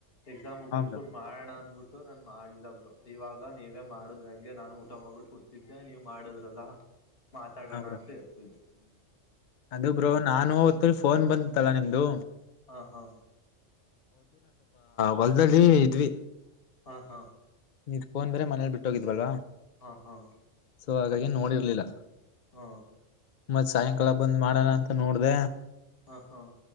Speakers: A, on the left; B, on the left.
A: ಎಕ್ಸಾಮ್ ಮುಗಿದ್
B: ಹಾ ಬ್ರೋ
A: ಸುಟ್ ಮಾಡೋಣ ಅ್ಬಟ್ಟು ನಾನ ಮಾಡ್ಲಬ್ರು ಇವಾಗ ನೀವೇ ಮಾಡುದ್ ಹಂಗೆ ನಾನು ಊಟ ಹೋಗ್ಬಿಟ್ಟು ಕೊತಿದ್ದೆ ನೀ ಮಾಡುದ್ರಲ್ಲ
B: <unintelligible>
A: ತಡೋಣ
B: ಬ್ರೋ
A: ಅಂತ ಹೇಳ್ತಿದ್ದ ಹ್ಮ
B: ಅದು ಬ್ರೋ ನಾನು ಹೊತ್ತು ಫೋನ್ ಬಂತತ್ತಲ್ಲಾ ನಿಮ್ದು
A: ಹಾ ಹಾ
B: ಹೊಲ್ದಲ್ಲಿ ಇದ್ವಿ
A: ಹಾ ಹಾ
B: ನಿ್ಕೋನ್ ಬ್ರ ಮನೇಲಿ ಬಿಟ್ಟ ಹೋಗಿದ್ವಲ್ವಾ
A: ಹಾ ಹಾ
B: ಸೊ ಹಾಗಾಗಿ ನೋಡಿರ್ಲಿಲ್ಲ
A: ಹ್ಮ
B: ಮತ್ ಸಾಯಂಕಾಲ ಬಂದ್ ಮಾಡೋಣ ಅಂತ ನೋಡ್ದ
A: ಹಾ ಹಾ